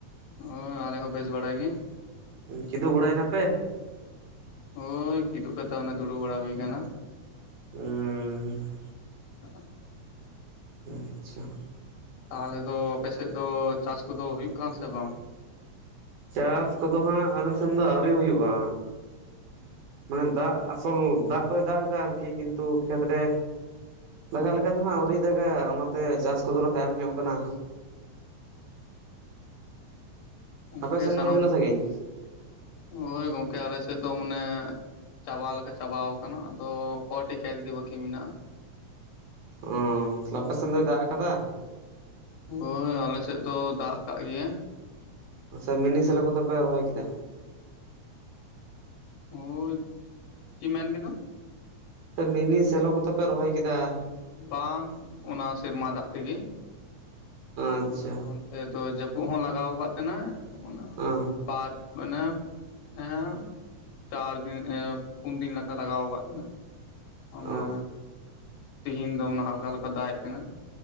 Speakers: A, on the left (about 80°); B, on the right (about 75°).
A: ᱚ ᱟᱞᱮ ᱦᱚᱸ ᱵᱮᱥ ᱵᱟᱲᱟ ᱜᱮ᱾
B: ᱩᱸ ᱠᱤᱫᱩ ᱵᱟᱲᱟᱭ ᱱᱟᱯᱮ?
A: ᱦᱳᱭ ᱠᱤᱫᱩᱵ ᱠᱟᱛᱮ ᱚᱱᱮ ᱫᱩᱲᱩᱵ ᱵᱟᱲᱟ ᱦᱩᱭ ᱠᱟᱱᱟ᱾
B: ᱩᱸᱻ
A: <inaudible>
B: ᱟ ᱪᱪᱷᱟ᱾
A: ᱛᱟᱦᱚᱞᱮ ᱫᱚ ᱟᱯᱮ ᱥᱮᱫ ᱫᱚ ᱪᱟᱥ ᱠᱚᱫᱚ ᱦᱩᱭᱩᱜ ᱠᱟᱱᱟ ᱥᱮ ᱵᱟᱝ?
B: ᱪᱟᱥ ᱠᱚᱫᱚ ᱦᱟᱸᱜ ᱟᱞᱮ ᱥᱮᱱ ᱫᱚ ᱟᱹᱣᱨᱤ ᱦᱩᱭᱩᱜ-ᱟ᱾ ᱢᱟᱱᱮ ᱫᱟᱜ ᱟᱥᱚᱞ ᱫᱟᱜ ᱫᱚᱭ ᱫᱟᱜ ᱮᱫᱟ ᱟᱨᱠᱤ ᱠᱤᱱᱛᱩ ᱠᱷᱮᱛ ᱨᱮ ᱞᱟᱜᱟᱜ ᱞᱮᱠᱟ ᱫᱚ ᱦᱟᱸᱜ ᱟᱹᱣᱨᱤ ᱫᱟᱜᱟ ᱚᱱᱟᱛᱮ ᱪᱟᱥ ᱠᱚᱫᱚ ᱞᱮ ᱛᱟᱭᱚᱢ ᱧᱚᱜ ᱠᱟᱱᱟ᱾
A: ᱜᱚᱝᱠᱮ
B: ᱟᱯᱮ ᱥᱮᱱ
A: ᱥᱟᱱᱟᱢ,
B: ᱫᱚ ᱛᱤᱱᱟᱹᱜ ᱥᱟᱺᱜᱤᱧ
A: ᱦᱳᱭ ᱜᱚᱝᱠᱮ ᱟᱞᱮ ᱥᱮᱫ ᱫᱚ ᱢᱟᱱᱮ ᱪᱟᱵᱟ ᱞᱮᱠᱟ ᱪᱟᱵᱟᱣ ᱠᱟᱱᱟ ᱟᱫᱚ ᱠᱚᱴᱤ ᱠᱷᱮᱛ ᱜᱮ ᱵᱟᱠᱤ ᱢᱮᱱᱟᱜ-ᱟ᱾
B: ᱚᱸ ᱛᱟᱞᱮ
A: ᱦᱳᱭ
B: ᱟᱯᱮ ᱥᱮᱱ ᱫᱚᱭ ᱫᱟᱜ ᱟᱠᱟᱫᱟ?
A: ᱦᱳᱭ ᱟᱞᱮ ᱥᱮᱫ ᱫᱚ ᱫᱟᱜ ᱟᱠᱟᱫ ᱜᱮᱭᱟ᱾
B: ᱟ ᱥᱮ ᱢᱤᱱᱤ ᱥᱮᱞᱳ ᱠᱚᱛᱮ ᱯᱮ ᱨᱚᱦᱚᱭ ᱠᱮᱫᱟ?
A: ᱦᱳᱭ, ᱪᱤ ᱢᱮᱱ ᱠᱮᱫᱟᱢ?
B: ᱥᱮ ᱢᱤᱱᱤ ᱥᱮᱞᱚ ᱠᱚᱛᱮ ᱯᱮ ᱨᱚᱦᱚᱭ ᱠᱮᱫᱟ?
A: ᱵᱟᱝ ᱚᱱᱟ ᱥᱮᱨᱢᱟ ᱫᱟᱜ ᱛᱮᱜᱮ᱾
B: ᱟᱪᱪᱷᱟ
A: ᱟᱫᱚ ᱛᱮ ᱫᱚ ᱡᱟᱹᱯᱩᱜ ᱦᱚᱸ ᱞᱟᱜᱟᱣ ᱠᱟᱜ ᱛᱟᱦᱮᱱᱟᱭ ᱚᱱᱟ
B: ᱚᱸ ᱚ
A: ᱵᱟᱨ ᱢᱟᱱᱮ ᱮᱸ ᱪᱟᱨ ᱫᱤᱱ ᱮ ᱯᱩᱱ ᱫᱤᱱ ᱞᱮᱠᱟ ᱞᱟᱜᱟᱣ ᱠᱟᱜ ᱛᱟᱦᱮᱸᱱᱟᱭ᱾ ᱚᱱᱟ
B: ᱚ
A: ᱛᱤᱦᱤᱱ ᱫᱚ ᱢᱟᱱᱮ ᱦᱟᱞᱠᱟ ᱦᱟᱞᱠᱟ ᱫᱟᱜ ᱮᱫ ᱛᱟᱦᱮᱱᱟ᱾